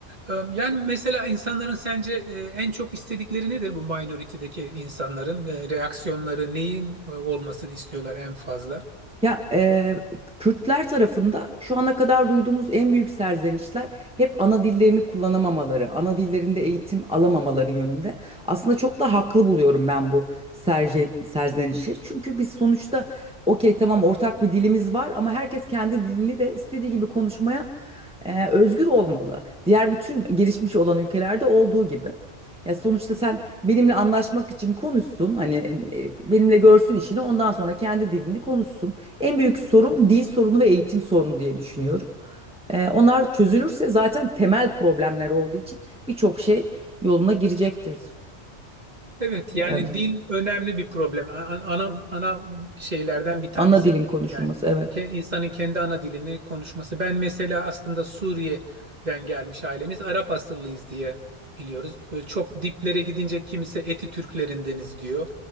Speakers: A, on the right; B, in the centre.
A: Ee, Yani mesela insanların sence e, en çok istedikleri nedir bu minority'deki insanların? E, Reaksiyonları neyin e, olmasını istiyorlar en fazla?
B: Ya e, Kürtler tarafında şu ana kadar duyduğumuz en büyük serzenişler hep ana dillerini kullanamamaları, ana dillerinde eğitim alamamaları yönünde. Aslında çok da haklı buluyorum ben bu serce, serzenişi. Çünkü biz sonuçta okey tamam ortak bir dilimiz var ama herkes kendi dilini de istediği gibi konuşmaya e, özgür olmalı. Diğer bütün gelişmiş olan ülkelerde olduğu gibi. Ya sonuçta sen benimle anlaşmak için konuşsun. Hani e, benimle görsün işini. Ondan sonra kendi dilini konuşsun. En büyük sorun dil sorunu ve eğitim sorunu diye düşünüyorum. E, onlar çözülürse zaten temel problemler olduğu için birçok şey yoluna girecektir
A: Evet yani
B: bence.
A: dil önemli bir problem. A- a- Ana, ana şeylerden bir tanesi
B: Ana dilin
A: bu.
B: konuşulması
A: yani
B: evet.
A: Ke- insanın kendi ana dilini konuşması. Ben mesela aslında Suriye'den gelmiş ailemiz Arap asıllıyız diye biliyoruz. Böyle çok diplere gidince kimisi Eti Türklerindeniz diyor.